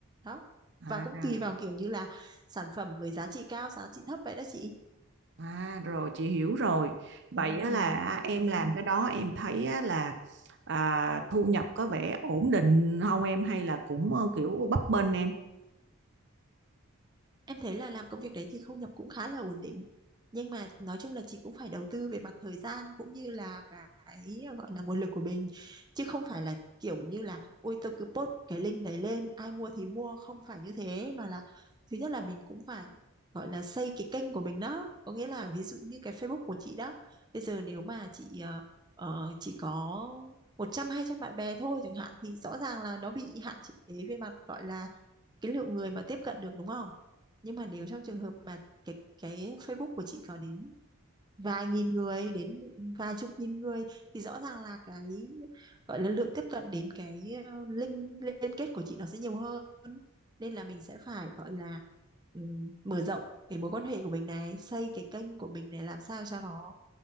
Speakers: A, on the right (about 20°); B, on the right (about 50°).
A: đó
B: à
A: và cũng
B: à.
A: tùy vào kiểu như là sản phẩm với giá trị cao giá trị thấp vậy đó chị
B: À rồi chị hiểu rồi. Vậy
A: ừ,
B: á là em
A: ừ.
B: làm cái đó em thấy á là à, thu nhập có vẻ ổn định không em hay là cũng ờ, kiểu bấp bênh em?
A: Em thấy là làm công việc đấy thì thu nhập cũng khá là ổn định. Nhưng mà nói chung là chị cũng phải đầu tư về mặt thời gian cũng như là cái ờ, gọi là nguồn lực của mình. Chứ không phải là kiểu như là ôi tôi cứ post cái link đấy lên, ai mua thì mua, không phải như thế mà là thứ nhất là mình cũng phải gọi là xây cái kênh của mình đó. Có nghĩa là ví dụ như cái Facebook của chị đó. Bây giờ nếu mà chị ờ, ờ, chỉ có một trăm hai trăm bạn bè thôi chẳng hạn thì rõ ràng là nó bị hạn chế về mặt gọi là cái lượng người mà tiếp cận được đúng không? nhưng mà nếu trong trường hợp mà cái cái Facebook của chị có đến vài nghìn người đến vài chục nghìn người thì rõ ràng là cái gọi là lượng tiếp cận đến cái ờ, link liên kết của chị nó sẽ nhiều hơn nên là mình sẽ phải gọi là ừm, mở rộng cái mối quan hệ của mình này xây cái kênh của mình này làm sao cho nó